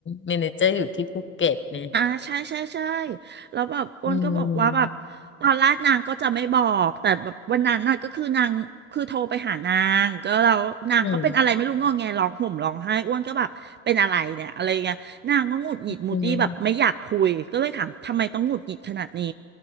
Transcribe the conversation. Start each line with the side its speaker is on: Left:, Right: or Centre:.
Left: เมเนเจอร์อยู่ที่ภูเก็ตเนี่ย
Right: อ่าใช่ใช่ใช่แล้วแบบอ้วนก็บอกว่าแบบ
Left: อืม
Right: ตอนแรกนางก็จะไม่บอกแต่แบบวันนั้นน่ะก็คือนางคือโทรไปหานางก็แล้วนางก็เป็นอะไรไม่รู้งอแงร้องห่มร้องไห้อ้วนก็แบบเป็นอะไรเนี่ยอะไรเงี้ยนางก็หงุดหงิดมูตี้แบบไม่อยากคุยก็เลยถามทำไมต้องหงุดหงิดขนาดนี้
Left: อืมอืม